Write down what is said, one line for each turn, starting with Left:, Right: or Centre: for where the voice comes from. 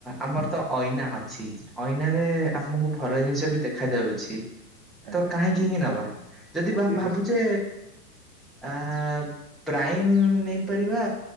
Centre: ଆମର ତ ଅଇନା ଅଛି ଅଇନା ରେ। ଆମକୁ ଭଲ ଜିନିଷ ବି ଦେଖା ଯାଉଛି।
Right: ଆଜ୍ଞା
Centre: ତ କାହିଁକି ହିଁ ନବା ଯଦି ଭ
Right: ସିଏ
Centre: ଭାବୁଛେ
Right: ବି ସତ
Centre: ଆ। ପ୍ରାଇମମ ନେଇପାରିବା।